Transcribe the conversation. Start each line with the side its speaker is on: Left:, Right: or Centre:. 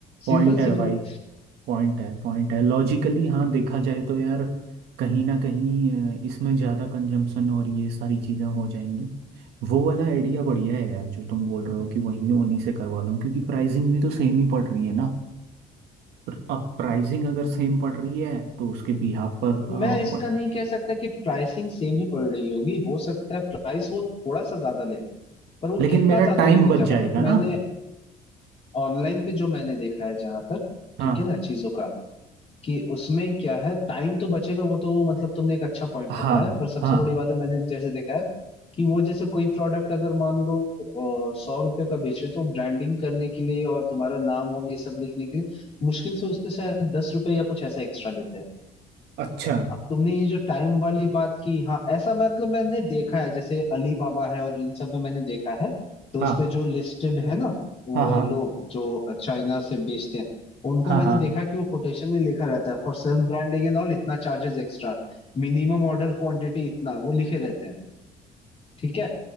Right: पॉइंट
Left: सिंपल सी
Right: है
Left: बात
Right: भाई पॉइंट है पॉइंट है लॉजिकली हाँ देखा जाए तो यार कहीं ना कहीं अ, इसमें ज़्यादा कंजम्पशन और ये सारी चीज़ें हो जाएंगी वो वाला आइडिया बढ़िया है यार जो तुम बोल रहे हो कि वहीं उन्हीं से करवा लो क्योंकि प्राइसिंग भी तो सेम ही पड़ रही है ना पर अब प्राइसिंग अगर सेम पड़ रही है तो उसके बिहाफ पर
Left: मैं
Right: अ,
Left: इसका
Right: व-
Left: नहीं कह सकता कि प्राइसिंग सेम ही पड़ रही होगी हो सकता है प्राइस वो थोड़ा सा ज्यादा ले पर वो
Right: लेकिन
Left: कितना
Right: मेरा
Left: ज्यादा
Right: टाइम
Left: लेंगे
Right: बच
Left: जहां
Right: जाएगा
Left: तक
Right: ना
Left: मैंने ऑनलाइन पे जो मैंने देखा है जहां तक
Right: हाँ
Left: ठीक है ना चीजों का कि उसमें क्या है टाइम तो बचेगा वो तो मतलब तुमने एक अच्छा पॉइंट
Right: हाँ
Left: पकड़ा है पर सबसे
Right: हाँ
Left: बड़ी बात है मैंने जैसे देखा है कि वो जैसे कोई प्रोडक्ट अगर मान लो सौ रुपए का बेच रहे हो, तो ब्रांडिंग करने के लिए और तुम्हारा नाम वाम ये सब लिखने के लिए मुश्किल से उस पे शायद दस रुपए या कुछ ऐसा एक्स्ट्रा लेते हैं
Right: अच्छा
Left: अब तुमने ये जो टाइम वाली बात की हाँ ऐसा मतलब मैंने देखा है जैसे अली बाबा है और इन सब में मैंने देखा है तो
Right: हाँ
Left: उसमें जो लिस्टेड है ना वो
Right: हाँ हाँ
Left: लोग जो चाइना से बेचते हैं उनका
Right: हाँ
Left: मैंने
Right: हाँ
Left: देखा कि वो कोटेशन में लिखा रहता है for self branding and all इतना charges extra minimum order quantity इतना वो लिखे रहते हैं ठीक है